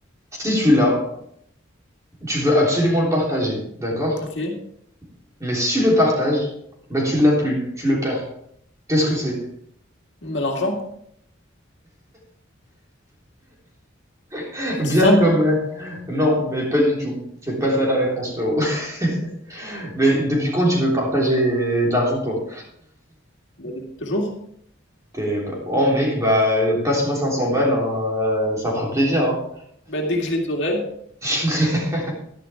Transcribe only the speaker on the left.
Ok,
bah l'argent,
c'est simple.
Bah depuis toujours.
Bah dès que je les aurai,